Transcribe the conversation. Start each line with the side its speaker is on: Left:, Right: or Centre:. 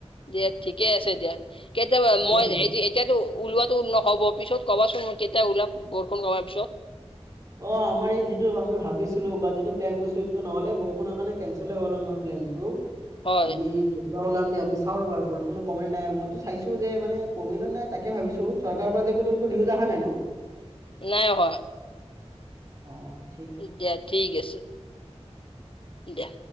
Left: দিয়া ঠিকে আছে দিয়া কেতিয়াবা
Right: ঠিকে
Left: মই
Right: কৈছা।
Left: এইজি এতিয়াতো ওলোৱাতো নহ'ব পিছত কবাচোন কেতিয়া ওলাম বৰষুণ কমাৰ পিছত।
Right: অহ, আমাৰ এই যিটো আমি ভাবিছিলো বা যিটো প্লেন কৰিছোঁ সেইটো নহ'লে বৰষুণৰ কাৰণে কেনচলেই হ'ল আমাৰ প্লেনটো
Left: হয়
Right: আমি বাৰু ওলাম দিয়া আমি চাওঁ ৰবা বৰষুণো কমে নে নাই মই লতো চাইছো যে মানে কমে নে নাই তাকে ভাবিছো চৰকাৰৰ পৰা একোটো একো নিউজ আহা নাই ন'?
Left: নাই অহা।
Right: অহ
Left: দিয়া ঠিক আছে দিয়া।